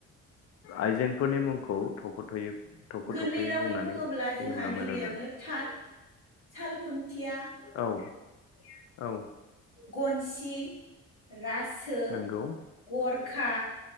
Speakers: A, on the left (about 40°); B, on the left (about 85°).
A: आइजेंफोरनि मुंखौ थख'थ'यै थख'
B: गोरलै
A: थख'यै
B: रावै
A: बुंनानै
B: बुङोब्ला
A: होयोब्ला
B: जोंहा
A: मोजां
B: गिबियावनो
A: जागोन
B: थाद सालखुन थिया
A: औ औ
B: गनसि रासो
A: नंगौ
B: गरखा